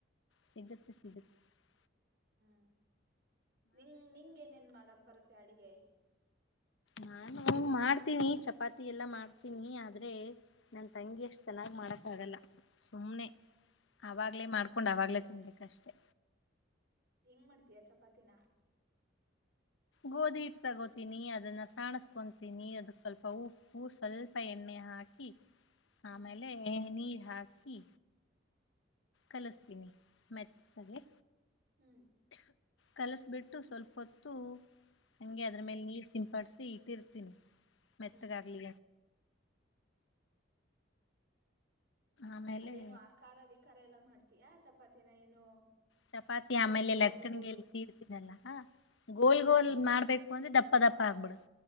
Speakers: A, on the left; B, on the right.
A: ಸಿಗತ್ತು ಸಿಗತ್ <unintelligible>
B: ಹ್ಮ್ ನಿಂಗ ನಿಂಗ ಏನೇನ್ ಮಾಡಕ್ ಬರುತ್ತೆ ಅಡುಗೆ
A: ನಾನು ಮಾಡ್ತೀನಿ ಚಪಾತಿ ಎಲ್ಲ ಮಾಡ್ತೀನಿ ಆದ್ರೆ ನನ್ ತಂಗಿ ಎಷ್ಟ್ ಚೆನ್ನಾಗಿ ಮಾಡಕ್ಕ ಆಗಲ್ಲ ಸುಮ್ನೆ ಆವಗ್ಲೇ ಮಾಡ್ಕೊಂಡ್ ಅವಾಗ್ಲೇ ತಿನ್ಬೇಕಷ್ಟೆ
B: ಹೆಂಗ ಮಾಡ್ತೀಯ ಚಪಾತಿನ
A: ಗೋಧಿಹಿಟ್ಟು ತಗೋತೀನಿ ಅದನ್ನ ಸಾಣಸ್ಕೊತೀನಿ ಅದಕ್ ಸ್ವಲ್ಪ ಉಪ್ಪು ಸ್ವಲ್ಪ ಎಣ್ಣೆ ಹಾಕಿ ಆಮೇಲೆ
B: ಹ್ಮ್
A: ಎಳ್ನೀರ್ ಹಾಕಿ ಕಲಿಸ್ತೀನಿ ಮೆತ್ತಗೆ
B: ಹ್ಮ್
A: ಕಲಸಬಿಟ್ಟು ಸ್ವಲ್ಪ ಹೊತ್ತು ಹಂಗೆ ಅದ್ರ ಮೇಲೆ ನೀರ್ ಸಿಂಪಾಡ್ಸಿ ಇಟ್ಟಿರ್ತೀನಿ ಮೆತ್ತಗಾಗ್ಲಿ
B: ಹ್ಮ್
A: ಆಮೇಲೆ
B: ಅದೇನು ಆಕಾರ ವಿಕಾರ ಎಲ್ಲ ಮಾಡ್ತಯಾ ಚಪಾತಿನ ಏನು
A: ಚಪಾತಿ ಆಮೇಲೆ
B: ಗೋಲು
A: ಲಟ್ಕ್ಕನ್ಗೆ
B: ಗೋಲು
A: ಎಲ್ಲಿ ತೀಡುರ್ತಿರಲ್ಲ ಹಾ ಗೋಲ್
B: ಹ್ಮ್
A: ಗೋಲ್ ಮಾಡ್ಬೇಕು ಒಂದೆ ದಪ್ಪ ದಪ್ಪ ಆಗ್ಬಿಡುತ್ತೆ